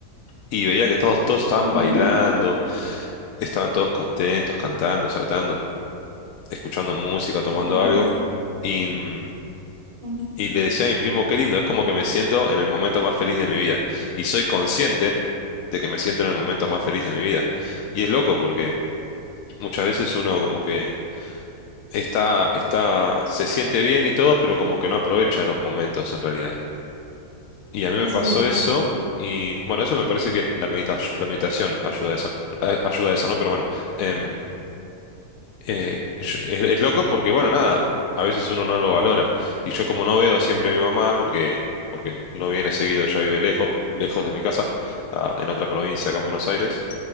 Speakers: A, on the left; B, on the right.
A: y veía que todos, todos estaban
B: Ujú.
A: bailando, estaban todos contentos, cantando, saltando, escuchando música, tomando
B: <laughs>
A: algo. Y, mm,
B: Ujú,
A: y le decía a mi primo, qué lindo, es como que me siento en el momento más feliz de mi vida. Y soy consciente de que me siento en el momento más feliz de mi vida. Y es loco porque muchas veces uno como que está, está, se siente bien y todo, pero como que no aprovecha los momentos en realidad. Y a mí me
B: Es
A: pasó
B: verdad.
A: eso, y bueno, eso me parece que la medita- la meditación ayuda a eso, a- ayuda a eso, ¿no? Pero bueno, em, eh, yo- es, es loco porque, bueno, nada, a veces uno no lo valora. Y yo como no veo siempre a mi mamá, porque, porque no viene seguido, ella vive lejos, lejos de mi casa, a- en otra provincia, acá en Buenos Aires.